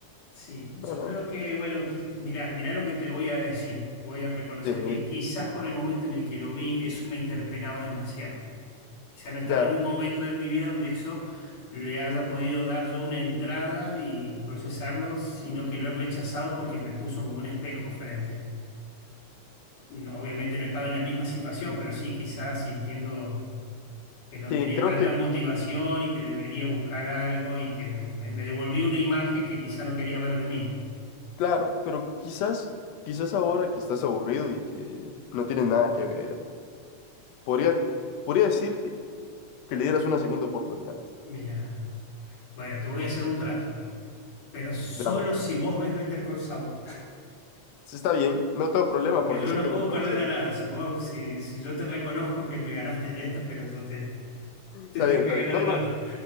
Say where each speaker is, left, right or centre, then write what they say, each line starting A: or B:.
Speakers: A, on the left; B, on the left.
A: sí. Yo
B: No, no,
A: creo que, bueno, qui- mirá, mirá lo que te voy a decir. Voy a reconocer
B: dime,
A: que
B: dime.
A: quizás por el momento en el que lo vi, eso me interpelaba demasiado. ya no he estado
B: Ya,
A: en un momento de mi vida donde eso le haya podido dar yo una entrada y procesarlo, sino que lo he rechazado porque me puso como un espejo frente. No, obviamente no he estado en la misma situación, pero sí quizás sintiendo que no
B: sí,
A: tenía
B: creo
A: tanta
B: que,
A: motivación y que debería buscar algo y que me, me, me devolvió una imagen que quizá no quería ver de mí.
B: claro, pero quizás, quizás ahora que estás aburrido y que no tienes nada que ver, podría... Podría decirte que le dieras una segunda oportunidad.
A: Mira, bueno, te voy a hacer un trato, pero solo
B: Dame.
A: si vos ves Better Call Saul.
B: Sí, Está bien, no tengo problema
A: Porque
B: porque
A: yo
B: sé
A: no
B: que es
A: puedo
B: muy buena
A: perder
B: serie.
A: a nada. Si vos, si, si yo te reconozco que me ganaste en esta, pero yo te,
B: Está
A: te tengo
B: bien,
A: que
B: está
A: ganar
B: bien. No,
A: en
B: no,
A: otra.